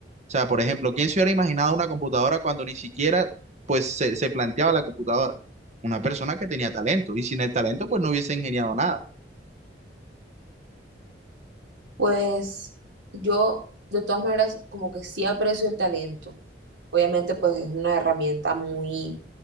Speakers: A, on the right; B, on the right.
A: sea, por ejemplo, ¿quién se hubiera imaginado una computadora cuando ni siquiera pues se, se planteaba la computadora? Una persona que tenía talento y sin el talento pues no hubiese ingeniado nada.
B: Pues yo, de todas maneras, como que sí aprecio el talento. Obviamente, pues es una herramienta muy,